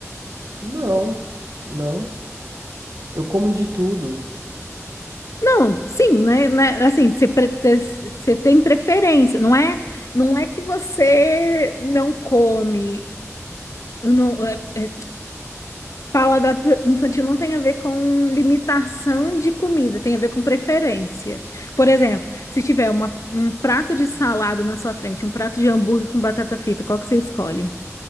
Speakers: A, on the right; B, on the left.
A: Não, não. Eu como de tudo.
B: Não, sim, né? né, Assim, você pre- você tem preferência. Não é, não é que você não come. Não, é, é Paladar pr- infantil não tem a ver com limitação de comida, tem a ver com preferência. Por exemplo, se tiver uma- um prato de salada na sua frente, um prato de hambúrguer com batata frita, qual que você escolhe?